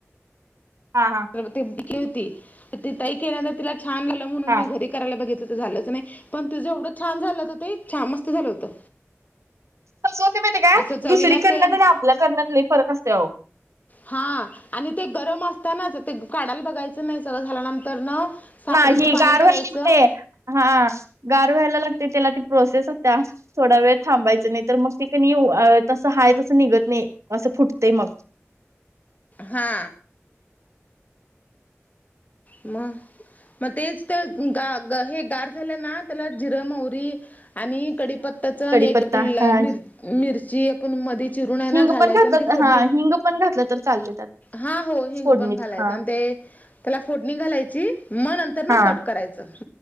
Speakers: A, on the right; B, on the left.
A: हा हा.
B: <unintelligible> ते ताई केल्या नंतर तिला छान गेलं म्हनून
A: हा
B: मी घरी करायला बघितलं तर झालंच नाही. पण ते जे एवढं छान झालं हो ते छान मस्त झालं होतं.
A: कसं होते माहिती काय
B: असं चवीला
A: दुसरी
B: सेम
A: करण्यात आपला करण्यातले फरक असतोय आओ.
B: हा आणि ते गरम असतानाच ते काढाला बघायच नाही सगळं झाल्यानंतर न साखरेचं
A: नाही
B: पाणी
A: गार
B: करायचं
A: व्हायला लागते हा. गार व्हायला लागतय त्याला ती प्रोसेस आसत्या. थोडा वेळ थांबायचं नाही. तर मग ते का तसं हाय तसं निघत नाही. असं फुटतंय मग
B: हा. मग मग तेच ग हे गार झालं ना त्याला जिरं, मवरी आणि कडीपत्ता च आणि
A: कडीपत्ता
B: एक किल्ला
A: हा
B: मिर मिरच जी पण मध्ये चिरून आहे ना
A: हिंग
B: घालायचं
A: पण घातलं
B: आणि ती फोडणी
A: हा हिंग पण घातलं तर चालते त्यात
B: हा हो हिंग
A: फोडणीत.
B: पण घालायचं
A: हा
B: आणि ते त्याला फोडणी घालायची मग नंतर न
A: हा
B: कट करायचं.